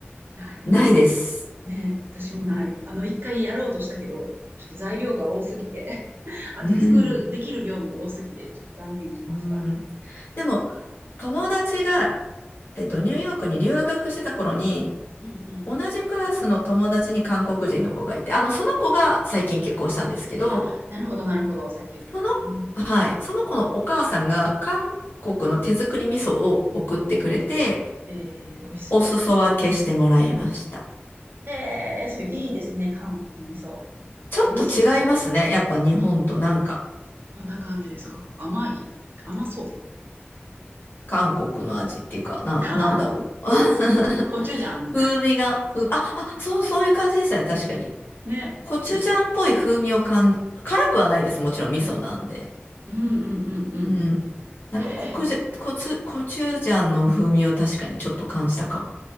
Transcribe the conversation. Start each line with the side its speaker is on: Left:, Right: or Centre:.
Right: ない。
Left: ないです。
Right: ね、私もない。あの、一回やろうとしたけど、ちょっと材料が多すぎて <laughs> あと作る、
Left: うん。
Right: できる量も多すぎて、ちょっと断念しました。
Left: うん。でも、友達が、えっと、
Right: うん
Left: ニューヨークに留学してた頃に、
Right: うん。うんうん。
Left: 同じクラスの友達に韓国人の子がいて、あの、その子が最近結婚したんですけど、
Right: あ、なるほど、なるほど。さっき言ってた。
Left: その、
Right: うん。
Left: はい、その子のお母さんが韓国の手作り味噌を送ってくれて、
Right: えー、美味しそ
Left: お裾分けしてもらいました。
Right: う。えー、それいいですね。韓国の味噌。
Left: ちょっと違いますね。
Right: 美味しそう。
Left: やっぱ日本となんか。
Right: どんな感じですか甘い甘そう。
Left: 韓国の味っていうか、なん、
Right: <laughs> 韓国
Left: なんだろう。<laughs>
Right: コチュジャンみたいな。
Left: 風味が、ふ、あ、あ、そう、そういう感じですよね、確かに。
Right: ね。
Left: コチュジャンっぽい風味を感じ、
Right: なんか、
Left: 辛くはないです。もちろん味噌なんで。
Right: うんうんうんうん。
Left: うん。なんかコクジャ、
Right: へ
Left: コツ、コチュジャンの風味を確かにちょっと感じたかも。